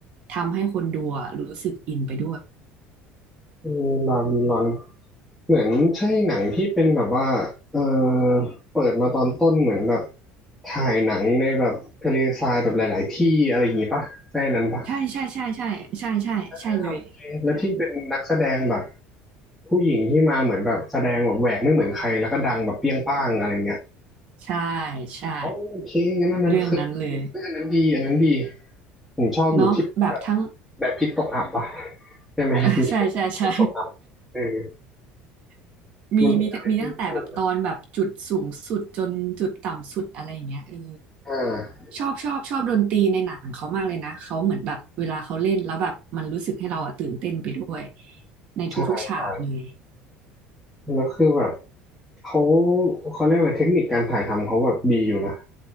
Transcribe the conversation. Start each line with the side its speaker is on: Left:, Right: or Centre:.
Right: ทำให้คนดูอะรู้สึกอินไปด้วย
Centre: เออลาบิลอนเหมือนใช่หนังที่เป็นแบบว่าเออเปิดมาตอนต้นเหมือนแบบถ่ายหนังในแบบทะเลทรายแบบหลายๆที่อะไรอย่างงี้ปะใช่นั้นปะ
Right: ใช่ใช่ใช่ใช่ใช่ใช่ใช่เลย
Centre: อ่าโอเคแล้วที่เป็นนักแสดงแบบผู้หญิงที่มาเหมือนแบบแสดงแบบแหวกไม่เหมือนใครแล้วก็ดังแบบเปรี้ยงป้างอะไรเงี้ย
Right: ใช่ใช่
Centre: โอเคงั้นอันนั้นคือ
Right: เรื่องนั้นเลย
Centre: เฮ้ยอันนั้นดีอันนั้นดีผมชอบอยู่ที่แบบ
Right: เนาะแบบทั้ง <laughs>
Centre: แบดพิตตกอับอะใช่ไหมมีช่วงที่ตกอับเออ
Right: อ่ะใช่ใช่ใช่ <laughs> มีมีมีตั้งแต่แบบตอนแบบจุดสูงสุดจนจุดต่ำสุดอะไรอย่างเงี้ยเออ
Centre: มันเป็นอะไรที่สนุกนะอ่า
Right: ชอบชอบชอบดนตรีในหนังเขามากเลยนะเขาเหมือนแบบเวลาเขาเล่นแล้วแบบมันรู้สึกให้เราอะตื่นเต้นไปด้วยในทุกๆฉากเลย
Centre: ใช่ใช่แล้วคือแบบเขาเขาเรียกอะไรเทคนิคการถ่ายทำเขาแบบดีอยู่นะ